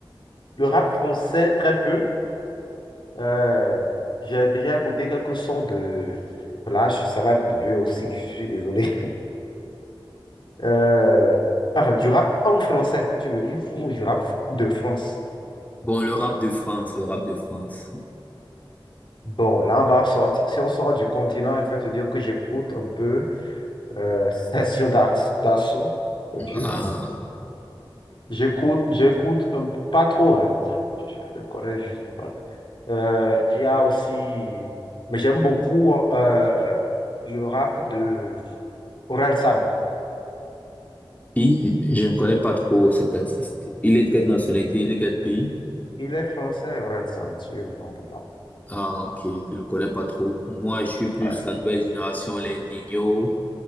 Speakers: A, on the left; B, on the left.
A: Le rap français, très peu. Euh, j'ai déjà écouté quelques sons de Flash, ça va être vieux aussi, <laughs> je suis désolé. Euh, enfin, du rap en français, tu veux dire, ou du rap de France.
B: Bon, le rap de France, le rap de France.
A: Bon, là, on va sortir. Si on sort du continent, je vais te dire que j'écoute un peu euh, Session d'Ar- d'Assaut, le vieux.
B: Ah,
A: J'écoute, j'écoute un peu- pas trop, hein, c'est- je le connais juste. voilà. Euh, Il y a aussi, mais j'aime beaucoup euh, le rap de Orelsan.
B: si, je ne connais pas trop cet artiste. Il est de quelle nationalité, il est de quel pays?
A: Il est français, Orelsan, si je ne me trompe pas.
B: Ah, ok, je ne connais pas trop. Moi, je suis plus
A: Ouais.
B: la nouvelle génération, les Nino,